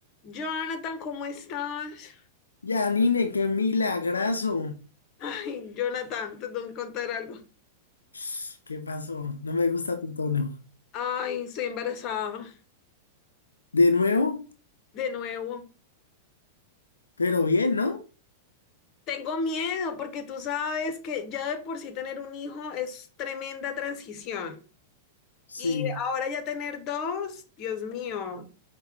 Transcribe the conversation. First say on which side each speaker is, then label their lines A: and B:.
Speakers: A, on the left; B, on the left.
A: Jonathan, ¿cómo estás?
B: Yanine, qué milagrazo.
A: Ay, Jonathan, te tengo que contar algo.
B: Ps, ¿Qué pasó? No me gusta tu tono.
A: Ay, estoy embarazada
B: De nuevo,
A: de nuevo.
B: pero bien, ¿no?
A: Tengo miedo porque tú sabes que ya de por sí tener un hijo es tremenda transición.
B: Sí,
A: Y ahora ya tener dos, Dios mío,